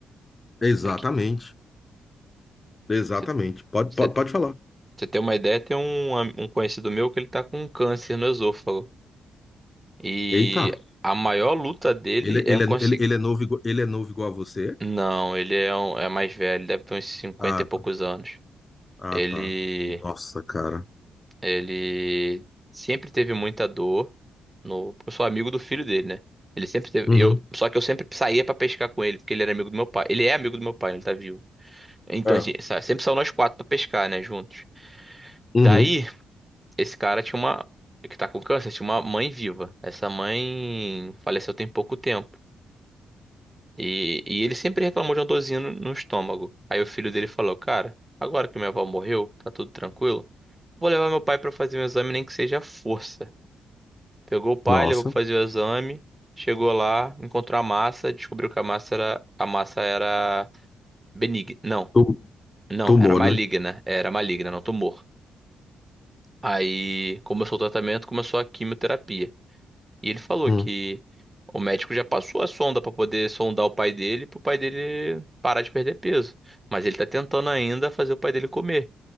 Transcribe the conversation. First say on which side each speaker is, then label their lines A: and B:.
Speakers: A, on the left; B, on the right.
A: Exatamente.
B: É que
A: Exatamente.
B: você
A: Pode,
B: você-
A: pode, pode falar.
B: você tem uma ideia, tem um, am- um conhecido meu que ele tá com câncer no esôfago. E
A: Eita.
B: a maior luta dele
A: Ele,
B: é
A: ele,
B: conseguir.
A: é, ele, ele é novo, igu- ele é novo igual a você?
B: Não, ele é, um- é mais velho, deve ter uns cinquenta
A: Ah,
B: e poucos
A: tá.
B: anos.
A: Ah,
B: Ele,
A: tá. Nossa, cara.
B: ele sempre teve muita dor no. Eu sou amigo do filho dele, né? Ele sempre teve.
A: Uhum.
B: Eu, só que eu sempre saía pra pescar com ele, porque ele era amigo do meu pai. Ele é amigo do meu pai, ele tá vivo. Então,
A: É.
B: assim, sa- sempre são nós quatro pra pescar, né, juntos.
A: Uhum.
B: Daí, esse cara tinha uma. Que tá com câncer, tinha uma mãe viva. Essa mãe faleceu tem pouco tempo. E, e ele sempre reclamou de uma dorzinha no, no estômago. Aí o filho dele falou: Cara, agora que minha avó morreu, tá tudo tranquilo, vou levar meu pai pra fazer um exame, nem que seja à força. Pegou o pai,
A: Nossa.
B: levou pra fazer o exame, chegou lá, encontrou a massa, descobriu que a massa era, a massa era benigna. Não,
A: Tu-
B: não,
A: Tumor,
B: era maligna,
A: né?
B: era maligna, não tumor. Aí começou o tratamento, começou a quimioterapia. E ele falou
A: Hum.
B: que o médico já passou a sonda pra poder sondar o pai dele, pro pai dele parar de perder peso. Mas ele tá tentando ainda fazer o pai dele comer.